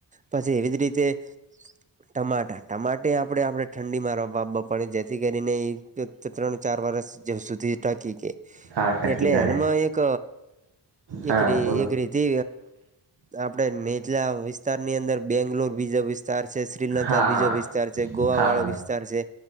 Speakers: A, on the right; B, on the right.
A: પછી એવી જ રીતે ટમાટા, ટમાટે આપડે-આપડે ઠંડીમાં વાવવા પડે જેથી કરીને એ ત્રણ-ચાર વર્ષ જ સુધી ટકી કે
B: હા નક્કી
A: એટલે
B: કરે
A: એમાં એક
B: હા
A: એક રિ-એક
B: બોલો
A: રી તે આપડે નીચલા વિસ્તારની અંદર બેંગ્લોર બીજા વિસ્ તાર છે, શ્રીલંકા
B: હા
A: બીજો વિસ્તાર છે, ગોવા
B: હા
A: વાળો
B: હા
A: વિસ્તાર છે.